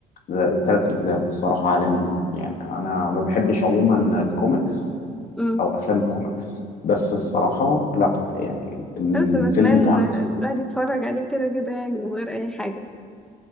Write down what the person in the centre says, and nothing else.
مم.
بس بتمنى
الواحد يتفرج عليه كده كده يعني من غير اي حاجة